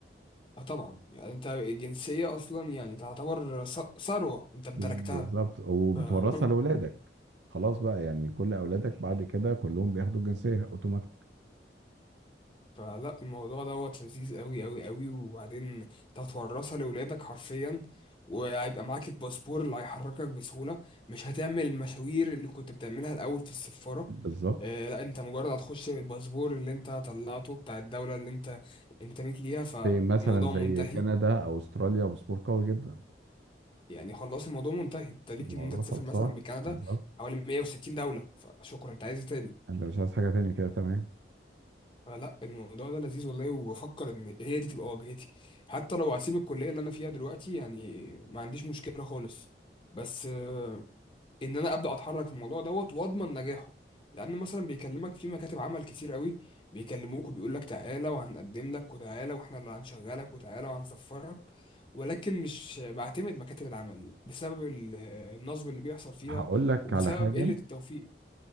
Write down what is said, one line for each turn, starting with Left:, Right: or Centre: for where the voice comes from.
Left: آه طبعا يعني انت الجنسيه اصلا يعني تعتبر ث- ثروه انت امتلكتها
Right: بالظبط وبتورثها
Left: ف- <laughs>
Right: لاولادك خلاص بقى يعني كل اولادك بعد كده كلهم بياخدوا الجنسيه اوتوماتيك
Left: فلا الموضوع دوت لذيذ قوي قوي قوي وبعدين انت هتورثها لاولادك حرفيا وهيبقى معاك الباسبور اللي هيحركك بسهولة مش هتعمل المشاوير اللي كنت بتعملها الأول في السفارة
Right: بالظبط
Left: آه لا انت مجرد هتخش بالباسبور اللي انت طلعته بتاع الدولة اللي انت انتميت ليها فالموضوع
Right: زي مثلا زي
Left: منتهي
Right: كندا او استراليا باسبور قوي جدا
Left: يعني خلاص الموضوع منتهي انت ليك
Right: الموضوع
Left: ان انت تسافر
Right: خلصان
Left: مثلا بكندا
Right: بالظبط
Left: حوالي 160 دولة فشكرا انت عايز إيه تاني
Right: انت مش عايز حاجه تاني كده تمام
Left: فلا الموضوع ده لذيذ والله وبفكر ان هي دي تبقى واجهتي حتى لو هسيب الكليه اللي انا فيها دلوقتي يعني ما عنديش مشكله خالص بس آه، ان انا ابدا اتحرك في الموضوع دوت واضمن نجاحه لان مثلا بيكلمك في مكاتب عمل كتير قوي بيكلموك وبيقول لك تعالى وهنقدم لك وتعالى واحنا اللي هنشغلك وتعالى وهنسفرك ولكن مش بعتمد مكاتب العمل بسبب ال- آه، النصب اللي بيحصل فيها
Right: هقول لك
Left: وبسبب
Right: على حاجه
Left: قله التوفيق